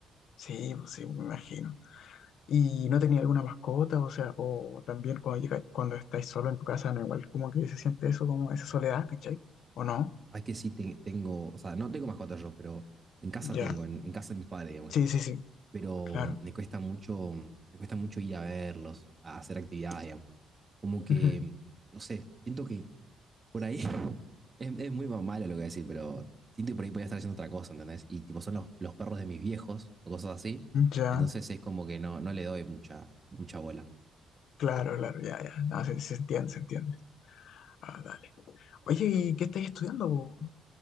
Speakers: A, on the left; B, on the right.
A: sí, pues sí, me imagino. ¿Y no tenía alguna mascota? O sea, o también cuando llega, cuando estáis solo en tu casa, no igual como que se siente eso, como esa soledad, ¿cachai? ¿O no?
B: Sabes que sí te- tengo, o sea, no tengo mascota yo, pero en casa
A: Ya.
B: tengo, en, en casa de mis padres, digamos. ¿viste?
A: Sí, sí, sí,
B: Pero
A: claro.
B: me cuesta mucho, me cuesta mucho ir a verlos, a hacer actividades, digamos. Como que,
A: Ujú.
B: no sé, siento que por ahí <laughs> es, es muy malo lo que voy a decir, pero siento que por ahí podría estar haciendo otra cosa, ¿entendés? Y tipo, son los, los perros de mis viejos o cosas así.
A: Ya.
B: Entonces es como que no, no le doy mucha, mucha bola.
A: Claro, claro, ya, ya. Ah, se, se entiende, se entiende. Ah, dale. Oye, ¿y qué estáis estudiando, po,